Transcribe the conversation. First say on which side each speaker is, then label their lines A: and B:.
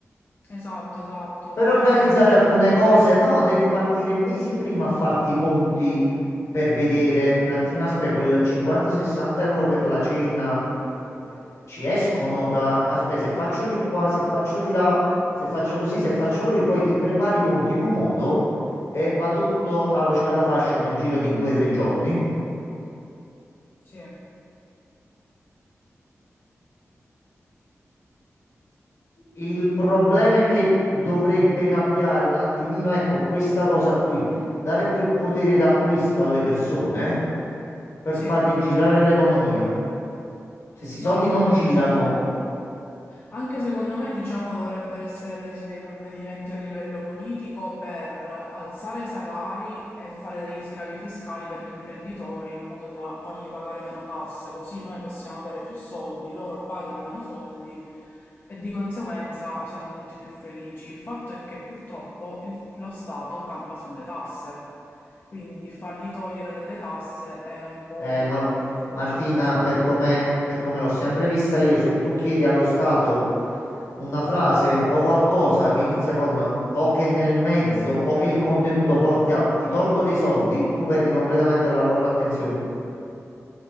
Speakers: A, on the left; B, on the left.
A: esatto, esatto,
B: Per
A: come
B: organizzare
A: per esempio,
B: alcune cose, no, devi partire mesi prima a farti i conti per vedere un attimino, aspetta, quel 50-60 euro per la cena eh, ci escono da, aspetta, se faccio di qua, se faccio di là, se faccio così, se faccio così, poi ti prepari i conti in un modo e va tutto allo scatafascio nel giro di 2-3 giorni.
A: sì,
B: Il problema è che dovrebbe cambiare un attimino, ecco, questa cosa qui, dare più potere d'acquisto alle persone per
A: sì,
B: far
A: no,
B: rigirare l'economia. Se questi soldi
A: no, anche
B: non girano,
A: secondo Anche secondo me, diciamo, dovrebbero essere presi dei provvedimenti a livello politico per alzare i salari e fare degli sgravi fiscali per gli imprenditori in modo da fargli pagare meno tasse, così noi possiamo avere più soldi, loro pagano meno soldi e di conseguenza siamo tutti più felici. Il fatto è che purtroppo il- lo Stato campa sulle tasse, quindi fargli togliere delle tasse è un po'
B: eh,
A: un
B: no,
A: paradosso,
B: Martina,
A: diciamo così.
B: per come, per come l'ho sempre vista io, se tu chiedi allo Stato una frase o qualcosa che inizia con o che nel mezzo o che il contenuto porti a ti tolgo dei soldi, tu perdi completamente la loro attenzione.